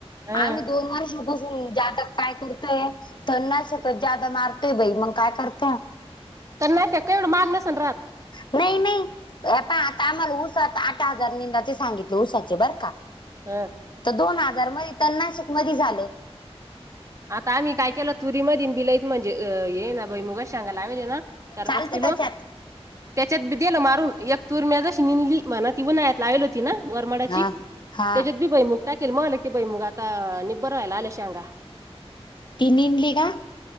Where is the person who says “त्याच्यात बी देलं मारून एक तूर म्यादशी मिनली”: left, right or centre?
Right